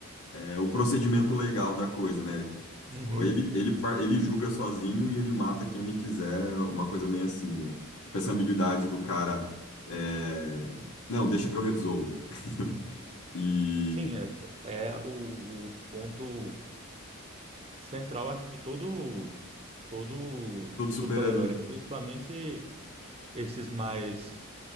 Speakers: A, on the left (about 85°); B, on the right (about 25°).
A: é, o procedimento legal da coisa, né?
B: Uhum.
A: Ou ele, ele, par- ele julga sozinho e ele mata quem ele quiser, uma coisa bem assim, né? Tipo, essa ambiguidade do cara, é... Não, deixa que eu resolvo. <laughs> e
B: Sim, é, é o, o ponto central, acho, de todo todo
A: todo
B: super-herói,
A: super herói
B: né? principalmente esses mais